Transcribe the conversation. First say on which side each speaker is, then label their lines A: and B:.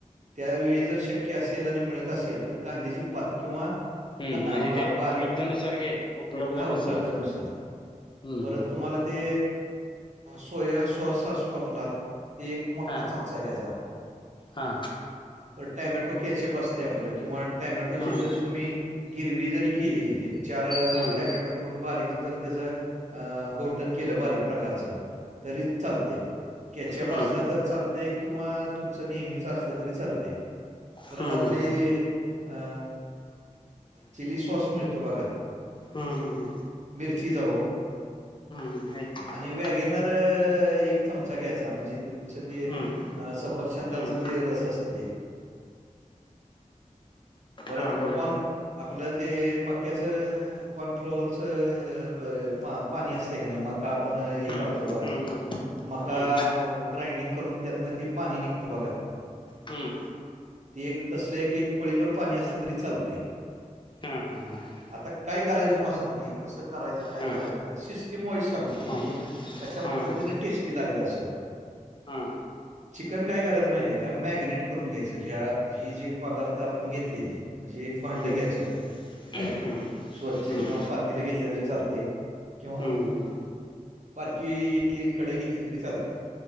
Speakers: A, on the right; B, on the left.
A: त्यावेळी जर शक्य असेल आणि मिळत असेल तर. तर कांद्याची पात किंवा
B: हम्म म्हणजे ते
A: बारीक
B: उपलब्धनुसार घ्यायचे उपलब्धनुसार
A: हा उपलब्ध नुसार.
B: हम्म
A: परत
B: हम्म हम्म
A: तुम्हाला ते. सोया सॉस असतो आपला ते एक मोठा
B: हा
A: चमचा घ्यायचा.
B: हा.
A: पण टॅमॅटो कॅचअप असते आपल्याला किंवा. टॅमॅटोची
B: हम्म
A: जरी तुम्ही गिरवी जरी केली एक चार
B: हम्म
A: टॅमॅटो. करून बारीक जर त्याच घोटण केलं बारीक प्रकारच तरी चालत. कॅचअप
B: हम्म
A: असलं तर चालतय किंवा तुमचं नेहमीच असलं तरी चालत. परत
B: हम्म
A: आपली
B: हम्म हम्म हम्म हम्म
A: अ चिली सॉस मिळतो बघा.
B: हम्म हम्म हम्म.
A: मिरची जाऊ.
B: <unintelligible>
A: वॅगिनर एक चमचा घेचा म्हणजे तुमचं ते.
B: हम्म
A: अ सफरचंदाचं
B: हम्म
A: ते रस असत ते. परत
B: हा बोला
A: कोण आपलं ते मक्याच अ. कॉर्नफ्लोअरच अब पा पाणी असते का नाही मका आपण एक
B: हम्म
A: काढतो बघा
B: हम्म हम्म
A: मका
B: हम्म
A: ग्राइंडिंग करून त्यातनं ते पाणी निघतं बघा
B: हम
A: ते एक तसले एक पळीवर पाणी असले तरी चालते.
B: हा हा हा हा.
A: आता काय करायचं तुम्हाला सांगतो हे कसं करायचं काय
B: हा
A: करायचं सिस्टीम वाईज सांगतो म्हणजे
B: हा हा
A: कशा
B: हा
A: पद्धतीने
B: हा
A: टेस्टी लागल असं
B: हा
A: चिकन काय करायचं माहित आहे का. मॅगनेट करून घ्यायचं ह्या ही जे पदार्थ आपण घेतली ती. म्हणजे एक भांडं
B: हम्म
A: घ्यायचं. काय
B: हम्म
A: स्वच्छ
B: हम्म
A: किंवा पातीला घेतल्या तरी चालते किंवा
B: हम्म हम्म हम्म
A: बारकी. ती कडाई घेतली तरी चालते,